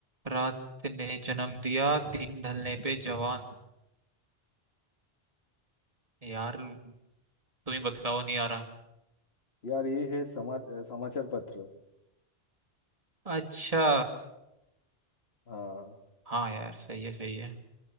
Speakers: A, on the right; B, on the left.
A: रात ने जन्म दिया दिन ढलने पे जवान यार तुम ही बताओ नहीं आ रहा
B: यार ये है समाज अ, समाचार पत्र
A: अच्छा
B: हाँ
A: हाँ यार सही है सही है